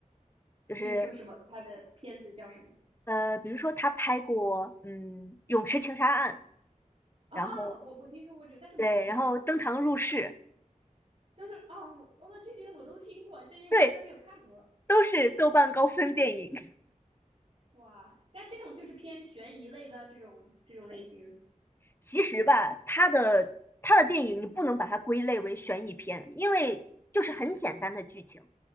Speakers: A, on the left; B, on the right.
A: 就是
B: 比如说什么，他的片子叫什么？
A: 呃，比如说他拍过嗯《泳池情杀案》，
B: 啊，
A: 然后
B: 我我听说过这个，但是我从来没看过。
A: 对，然后《登堂入室》，
B: 但是啊，我我这些我都听过，但是我居然没有看过。
A: 对，都是豆瓣高分电影。
B: 哇，那这种就是偏悬疑类的这种这种类型，
A: 其实吧，他的他的电影你不能把它归类为悬疑片，因为就是很简单的剧情，